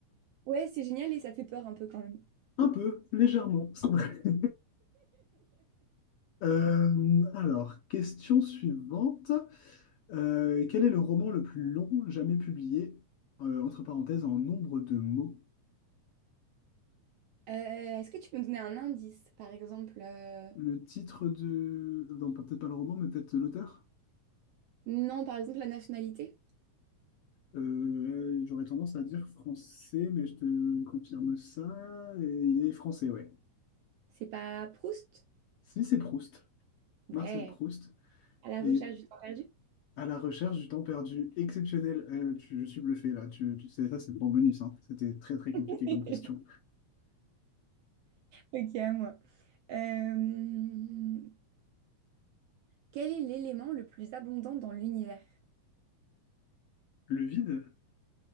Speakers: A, on the right; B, on the left.
A: Ouais, c'est génial et ça fait peur un peu quand même.
B: Un peu, légèrement, c'est vrai. <laughs> Euh, alors, question suivante. Euh, quel est le roman le plus long jamais publié, euh, entre parenthèses, en nombre de mots?
A: Euh, est-ce que tu peux me donner un indice, par exemple euh,
B: Le titre de... Non, pas- peut-être pas le roman, mais peut-être l'auteur?
A: Non, par exemple la nationalité?
B: Euh, j'aurais tendance à dire français, mais je te confirme ça. Et il est français, ouais.
A: C'est pas Proust?
B: Si, c'est Proust,
A: Ouais,
B: Marcel Proust.
A: à la
B: Et
A: recherche du temps perdu.
B: à la recherche du temps perdu exceptionnel. Euh, tu- je suis bluffé là. Tu, tu sais, ça, c'est pour bonus. hein. C'était très très compliqué
A: <laughs>
B: comme question.
A: Ok, à moi. Euh, Quel est l'élément le plus abondant dans l'univers?
B: Le vide?